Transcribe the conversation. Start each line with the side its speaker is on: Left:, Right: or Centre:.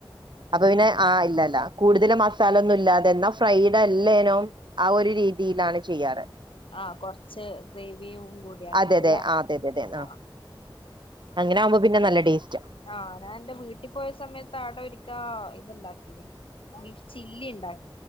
Right: അപ്പൊ പിന്നെ ആഹ് ഇല്ലല്ല കൂടുതല് മസാല ഒന്നും ഇല്ലാതെ എന്നാ ഫ്രൈഡ് അല്ലേനും ആ ഒരു രീതിയിലാണ് ചെയ്യാറ്
Left: ആഹ് കൊറച്ച് ഗ്രേവിയും കൂട് ടി ആക്കീട്ടല്ലേ
Right: അതെ അതെ ആ അതെ അതെ അതെ ആ
Left: ആഹ് ആഹ്
Right: അങ്ങനെ ആകുമ്പോ
Left: <unintelligible>
Right: പിന്നെ നല്ല ടേസ്റ്റ്
Left: ആഹ് ഞാൻ എന്റെ വീട്ടി പോയ സമയത്ത് ആടൊരിക്കാ ഇത്ണ്ടാക്കീന് ബീഫ് ചില്ലി ഇണ്ടാ